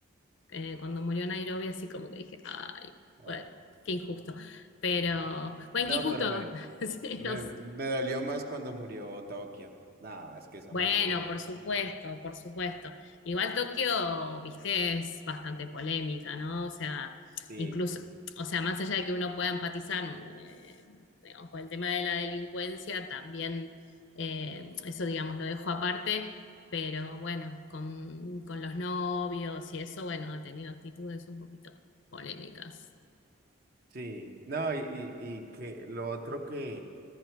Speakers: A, on the left; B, on the right.
A: Eh, cuando murió Nairobi, así como que dije, ay, bueno,
B: Oh.
A: qué injusto. Pero, bueno,
B: No,
A: qué injusto.
B: pero me,
A: <laughs> Sí,
B: Me,
A: no sé.
B: me dolió más cuando murió Tokio. Nah, es que esa
A: Bueno,
B: muerte de Tokio.
A: por supuesto,
B: Ah,
A: por supuesto. Igual Tokio, viste, es bastante polémica, ¿no? O sea,
B: sí,
A: incluso, o sea, más allá de que uno pueda empatizar, eh, digamos, por el tema de la delincuencia, también eh, eso, digamos, lo dejo aparte, pero bueno, con, con los novios y eso, bueno, ha tenido actitudes un poquito polémicas.
B: sí. No, y, y, y que lo otro que.